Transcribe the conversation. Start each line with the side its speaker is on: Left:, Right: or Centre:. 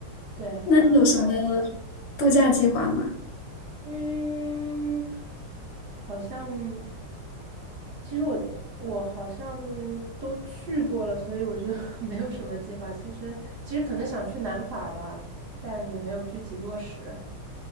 Right: 对，
Left: 那你有什么
Right: 要放。
Left: 度假计划吗？
Right: 嗯，好像，其实我我好像都去过了，所以我就 <laughs> 没有什么计划。其实其实可能想去南法吧，但也没有具体落实。